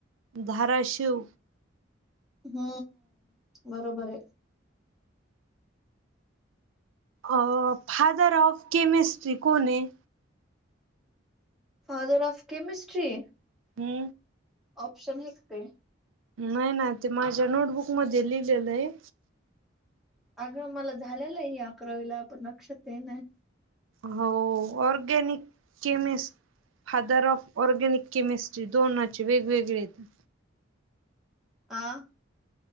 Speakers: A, on the right; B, in the centre.
A: धाराशिव
B: हू बरोबरये
A: अ फादर ऑफ केमिस्ट्री कोणये
B: father of chemistry
A: who
B: option हाइत काय
A: नाही ना ते माझ्या नोटबुक मध्ये लिहलेले ये.
B: अग मला झालेला आहे अकरावीला पण लक्षात ये ना.
A: हो organic chemist father of organic chemistry दोनाची वेगवेगळे येत.
B: आं..?